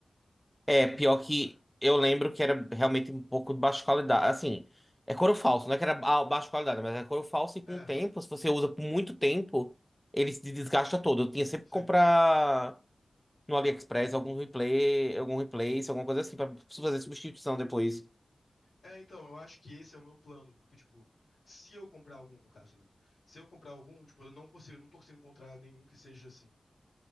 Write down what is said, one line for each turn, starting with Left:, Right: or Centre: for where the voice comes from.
Left: Era
Centre: É,
Left: horrível,
Centre: pior que
Left: cara.
Centre: eu lembro que era realmente um pouco de baixa qualidade. Assim, é couro falso, não é que era ba- baixa qualidade, mas é couro falso e com
Left: É,
Centre: o tempo, se você usa por muito tempo, ele se desgasta todo. Eu tinha sempre
Left: sim.
Centre: que comprar no AliExpress algum replay, algum replace, alguma coisa assim, pra fazer substituição depois.
Left: É, então, eu acho que esse é o meu plano, porque, tipo, se eu comprar algum, no caso, né? Se eu comprar algum, tipo, eu não consigo, eu não tô conseguindo encontrar nenhum que seja assim.